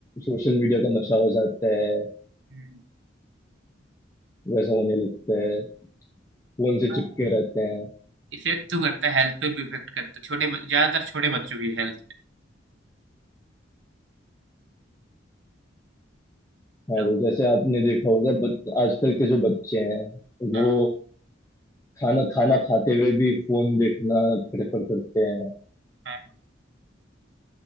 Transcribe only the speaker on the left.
सोशल मीडिया का नशा हो जाता है
वैसा होने लगता है फोन से
चिपके रहते हैं
हाँ
वो जैसे आपने देखा होगा बट आजकल के जो बच्चे हैं
वो खाना खाना खाते हुए भी फोन देखना प्रेफर करते हैं